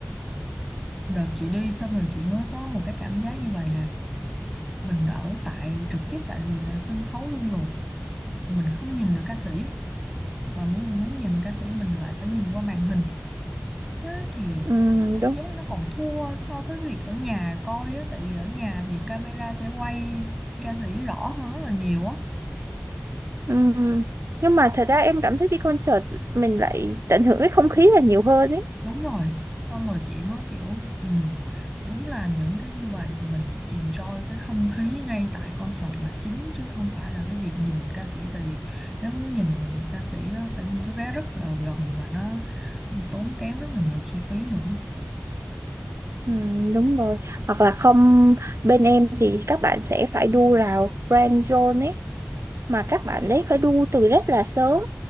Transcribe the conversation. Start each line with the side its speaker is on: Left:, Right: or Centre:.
Centre: Đợt chị đi xong rồi chị mới có một cái cảm giác như vậy nè mình ở tại trực tiếp tại ờ, sân khấu luôn rồi mà mình không nhìn được ca sĩ mà muốn muốn nhìn ca sĩ mình lại phải nhìn qua màn hình thế thì
Right: Ừ,
Centre: cảm
Right: đúng.
Centre: giác nó còn thua so với việc ở nhà coi á tại vì ở nhà thì camera sẽ quay ca sĩ rõ hơn rất là nhiều á
Right: Ừm, Nhưng mà thật ra em cảm thấy đi concert mình lại tận hưởng cái không khí là nhiều hơn ấy.
Centre: Đúng rồi, xong rồi chị mới kiểu ừ, đúng là những cái như vậy thì mình enjoy cái không khí ngay tại concert là chính chứ không phải là cái việc nhìn ca sĩ tại vì nếu muốn nhìn ca sĩ á, phải mua cái vé rất là gần và nó tốn kém rất là nhiều chi phí nữa.
Right: Ừm, đúng rồi. Hoặc là không bên em thì các bạn sẽ phải đu rào Grand Zone ấy mà các bạn đấy phải đu từ rất là sớm.